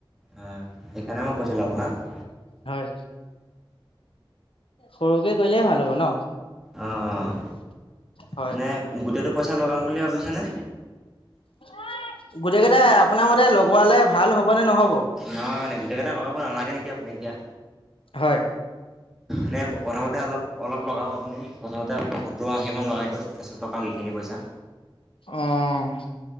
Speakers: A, in the centre; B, on the left.
A: হয় ', সেইকাৰণে মই কৈছিলোঁ আপোনাক
B: হয়। সৰুকে কৰিলেহে ভাল হ'ব। ন?
A: অ',
B: হয়।
A: মানে গোটেইটো পইচা লগাম বুলি ভাবিছেনে?
B: এই', গোটকেটাই আপোনাৰ মতে লগোৱালে ভাল হ'ব নে নহ'ব?
A: নহয়', মানে গোটেইকেটা লগাব নালাগে নেকি আপুনি এতিয়া?
B: হয়',।
A: এনেই প্ৰ', - প্ৰথমতে অলপ অলপ লগাব আপুনি। প্ৰথমতে আপুনি সত্তৰ আশী মান লগাই দিয়ক। তাৰপছত লগাব ইখিনি পইচা
B: অঁহ',।